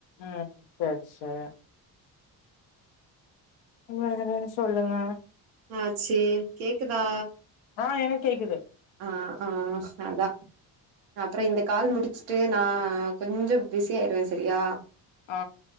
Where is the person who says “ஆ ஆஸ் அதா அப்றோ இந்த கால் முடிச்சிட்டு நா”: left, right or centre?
Right